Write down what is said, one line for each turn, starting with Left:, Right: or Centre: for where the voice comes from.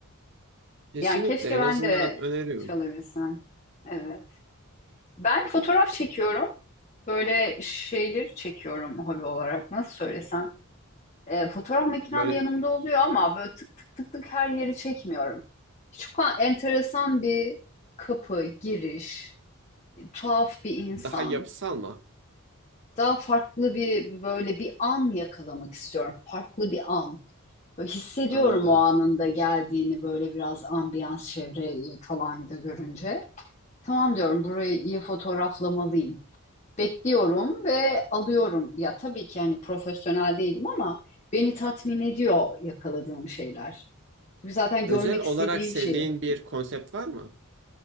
Right: kesinlikle
Left: Yani keşke
Right: en
Left: ben
Right: azından
Left: de
Right: öneriyorum.
Left: çalabilsem. Evet. Ben fotoğraf çekiyorum. Böyle şeyleri çekiyorum hobi olarak. Nasıl söylesem? E, fotoğraf makinem
Right: Böyle
Left: yanımda oluyor ama böyle tık tık tık tık her yeri çekmiyorum. Çok a- enteresan bir kapı, giriş, tuhaf bir insan.
Right: daha yapısal mı?
Left: Daha farklı bir böyle bir an yakalamak istiyorum. Farklı bir an. Böyle hissediyorum
Right: Anladım.
Left: o anında geldiğini böyle biraz ambiyans çevre falan da görünce. Tamam diyorum burayı iyi fotoğraflamalıyım bekliyorum ve alıyorum. Ya tabii ki yani profesyonel değilim ama beni tatmin ediyor yakaladığım şeyler. Çünkü zaten görmek
Right: Özel olarak
Left: istediğim
Right: sevdiğin
Left: şeyi.
Right: bir konsept var mı?